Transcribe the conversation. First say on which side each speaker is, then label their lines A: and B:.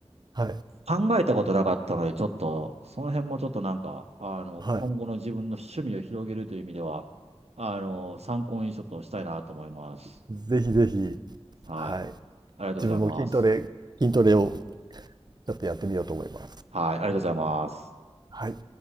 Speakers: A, on the right (about 40°); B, on the right (about 75°).
A: はい。
B: 考えたことなかったので、ちょっと、その辺もちょっとなんか、あの、
A: <laughs> はい。
B: 今後の自分の趣味を広げるという意味では、あの、参考にちょっとしたいなと思います。
A: <laughs> ぜひぜひ、
B: はい。
A: はい。
B: ありがとうございます。
A: 自分も筋トレ筋トレをちょっとやってみようと思います。
B: はい。ありがとうございます。
A: はい。